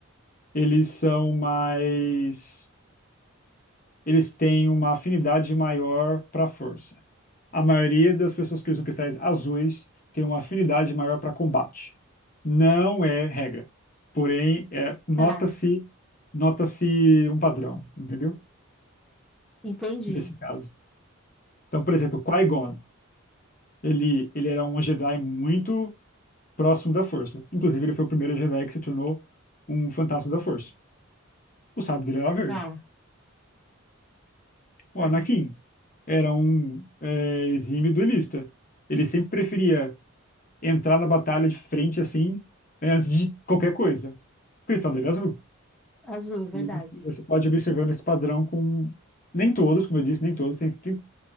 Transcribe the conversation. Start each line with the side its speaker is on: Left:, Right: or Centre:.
Left: eles são mais, eles têm uma afinidade maior para a força. A maioria das pessoas que usam cristais azuis tem uma afinidade maior para combate. Não é regra. Porém, é, nota-se,
Centre: Tá,
Left: nota-se um padrão, entendeu?
Centre: entendi.
Left: Nesse caso. Então, por exemplo, Qui-Gon, ele, ele era um Jedi muito próximo da Força. Inclusive, ele foi o primeiro Jedi que se tornou um fantasma da Força. O sábio dele era verde.
Centre: Tá.
Left: O
Centre: É,
Left: Anakin era um é, exímio duelista. Ele sempre preferia entrar na batalha de frente assim, né, antes de qualquer coisa. O cristal dele é azul.
Centre: azul, verdade.
Left: E você pode ir observando esse padrão com. Nem todos, como eu disse, nem todos, tem, tem-